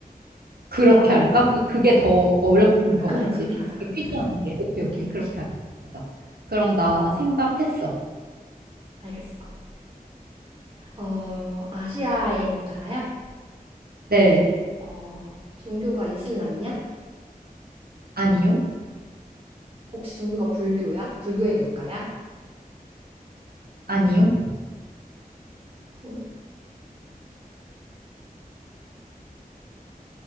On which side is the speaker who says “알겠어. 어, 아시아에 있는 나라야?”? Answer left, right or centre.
Right